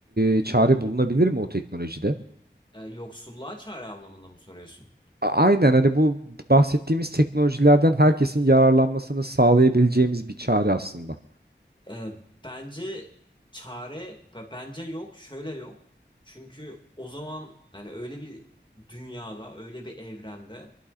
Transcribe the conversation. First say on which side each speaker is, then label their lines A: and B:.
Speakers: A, on the right; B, on the left.
A: e, çare bulunabilir mi o teknolojide?
B: e, yoksulluğa çare anlamında mı soruyorsun?
A: A- Aynen hani bu bahsettiğimiz teknolojilerden herkesin yararlanmasını sağlayabileceğimiz bir çare aslında.
B: E, bence çare b- bence yok. Şöyle yok. Çünkü o zaman yani öyle bir dünyada, öyle bir evrende